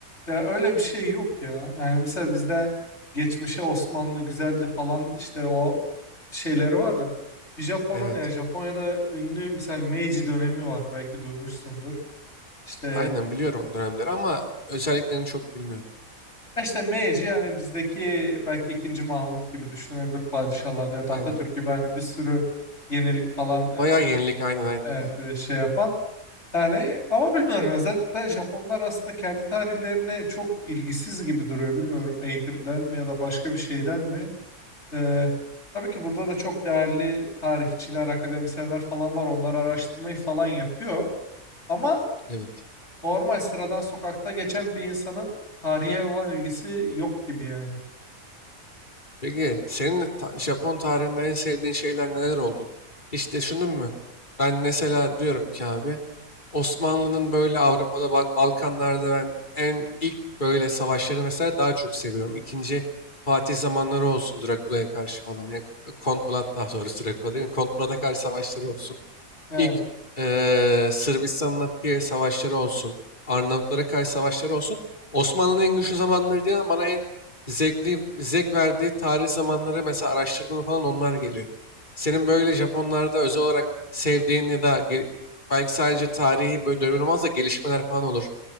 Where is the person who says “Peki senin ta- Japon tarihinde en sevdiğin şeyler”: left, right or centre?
Left